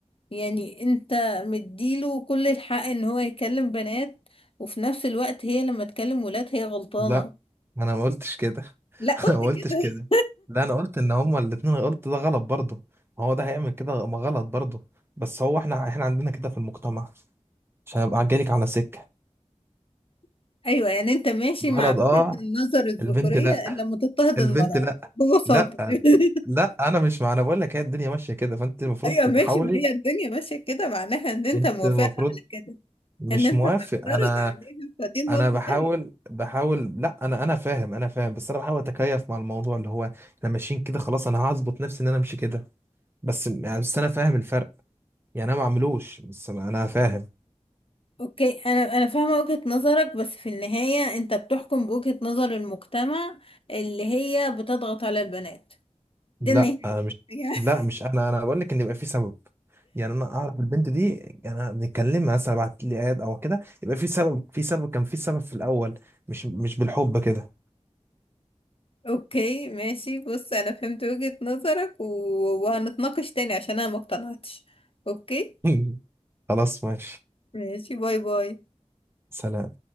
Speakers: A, on the left; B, on the right.
A: يعني انت مديله كل الحق ان هو يكلم بنات وفي نفس الوقت هي لما تكلم ولاد هي غلطانة
B: لا ما انا ما قلتش كده <laughs>
A: لا قلت
B: انا ما قلتش
A: كده
B: كده لا انا قلت ان هما الاتنين قلت ده غلط برضه ما هو ده هيعمل كده ما غلط برضه بس هو احنا احنا عندنا كده في المجتمع عشان ابقى جايلك على سكه
A: <laughs> ايوه يعني انت ماشي
B: الولد
A: مع وجهة
B: اه
A: النظر الذكورية
B: البنت لا
A: الا لما تضطهد
B: البنت
A: المرأة
B: لا
A: ببساطة
B: لا
A: <laughs>
B: لا انا مش مع انا بقول لك هي الدنيا ماشيه كده فانت المفروض
A: ايوه
B: تتحاولي
A: ماشي ما هي الدنيا ماشيه كده معناها ان انت
B: انت
A: موافقها
B: المفروض
A: على كده
B: مش
A: ان انت
B: موافق
A: تعترض
B: انا
A: عليها فدي نقطه
B: انا بحاول
A: تانيه
B: بحاول لا انا انا فاهم انا فاهم بس انا بحاول اتكيف مع الموضوع اللي هو احنا ماشيين كده خلاص انا هظبط نفسي ان انا امشي كده بس يعني بس انا فاهم الفرق يعني انا ما بعملوش بس انا أنا فاهم
A: اوكي انا انا فاهمة وجهة نظرك بس في النهاية انت بتحكم بوجهة نظر المجتمع اللي هي بتضغط على البنات ده
B: لا
A: النهاية
B: أنا مش
A: <laughs>
B: لا مش انا انا بقول لك ان يبقى في سبب يعني انا اعرف البنت دي يعني انا بنتكلم مثلا بعت لي اد او كده يبقى في سبب في سبب كان في سبب في الاول مش مش بالحب كده
A: اوكي ماشي بص انا فهمت وجهة نظرك و... وهنتناقش تاني عشان انا ما اقتنعتش اوكي
B: <laughs> خلاص ماشي
A: ماشي باي باي
B: سلام